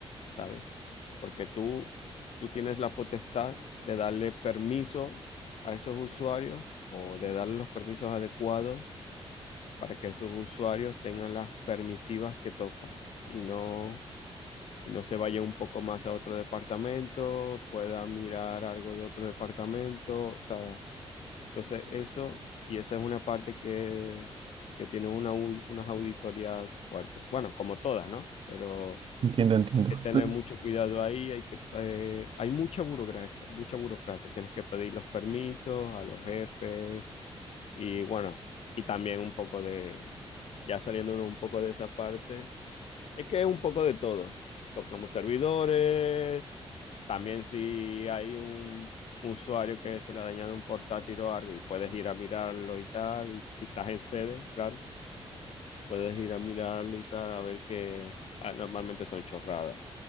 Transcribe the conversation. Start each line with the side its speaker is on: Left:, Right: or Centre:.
Left: ¿sabes? Porque tú, tú tienes la potestad de darle permisos a esos usuarios o de darle los permisos adecuados para que esos usuarios tengan las permisivas que tocan y no, y no se vaya un poco más a otro departamento, pueda mirar algo de otro departamento. O sea, entonces eso, y esa es una parte que, que tiene una, au- unas auditorías fuertes. Bueno, como todas, ¿no? Pero
Right: Entiendo, entiendo.
Left: que tener
Right: Entonces,
Left: mucho cuidado ahí, hay que, eh, hay mucha burocracia, mucha burocracia, tienes que pedir los permisos a los jefes y bueno, y también un poco de, ya saliéndonos un poco de esa parte, es que es un poco de todo, tocamos servidores, también si hay un usuario que se le ha dañado un portátil o algo y puedes ir a mirarlo y tal, y si estás en sede, claro, puedes ir a mirarlo y tal, a ver que ah, normalmente son chorradas